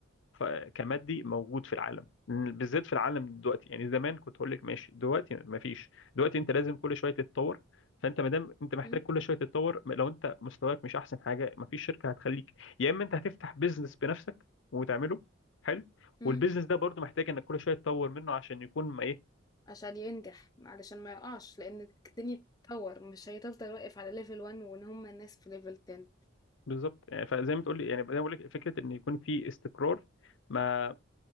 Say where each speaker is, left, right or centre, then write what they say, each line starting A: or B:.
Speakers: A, on the left; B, on the left.
A: ف- كمادي موجود في العالم بالذات في العالم دلوقتي يعني زمان كنت هقول لك ماشي دلوقتي مفيش دلوقتي انت لازم كل شويه تتطور فانت ما دام انت محتاج
B: مم،
A: كل شويه تتطور لو انت مستواك مش احسن حاجه مفيش شركه هتخليك يا اما انت هتفتح بيزنس بنفسك وتعمله حلو
B: مم.
A: والبيزنس ده برضو محتاج انك كل شويه تطور منه عشان يكون ما ايه
B: عشان ينجح علشان ما يقعش لان الدنيا بتتطور مش هيفضل واقف على ليفل 1 وان هم الناس في ليفل 10
A: بالظبط يعني فزي ما تقول لي يعني زي ما بقول لك فكره ان يكون في استقرار ما